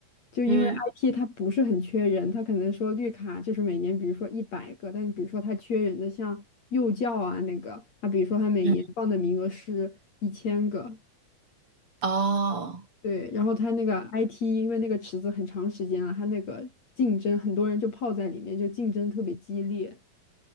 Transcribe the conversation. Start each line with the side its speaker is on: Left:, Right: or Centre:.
Left: 就因为
Right: 嗯
Left: IT 它不是很缺人，它可能说绿卡就是每年，比如说一百个，但比如说它缺人的像幼教啊那个，它比如说它每年放的名额是一千个，
Right: 嗯，哦，
Left: 对，然后它那个 IT 因为那个池子很长时间了，它那个竞争很多人就泡在里面，就竞争特别激烈。